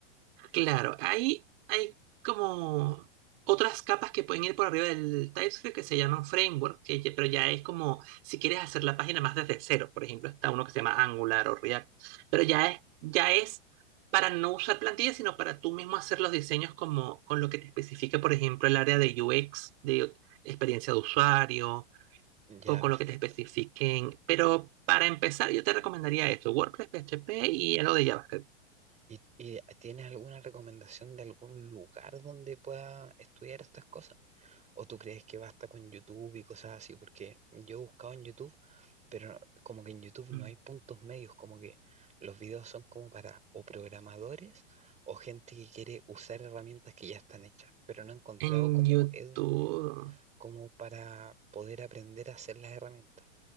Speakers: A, on the right; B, on the right.
A: Claro, ahí hay como otras capas que pueden ir por arriba del TypeScript que se llaman framework, que pero ya es como si quieres hacer la página más desde cero, por ejemplo, está uno que se llama Angular o React, pero ya es, ya es para no usar plantillas, sino para tú mismo hacer los diseños como con lo que te especifica, por ejemplo, el área de UX, de experiencia de usuario
B: Ya,
A: o con
B: perfecto.
A: lo que te especifiquen. Pero para empezar, yo te recomendaría esto, WordPress, PHP y algo de JavaScript.
B: ¿Y, y tienes alguna recomendación de algún lugar donde pueda estudiar estas cosas? ¿O tú crees que basta con YouTube y cosas así? Porque yo he buscado en YouTube, pero no, como que en YouTube no
A: Mm.
B: hay puntos medios, como que los videos son como para o programadores o gente que quiere usar herramientas que ya están hechas, pero no he encontrado
A: En
B: cómo,
A: YouTube,
B: edu- cómo para poder aprender a hacer las herramientas.